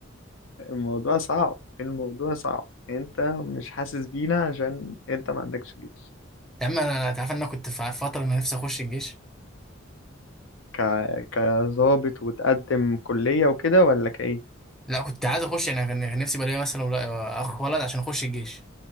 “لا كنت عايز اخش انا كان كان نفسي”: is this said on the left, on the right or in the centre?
Centre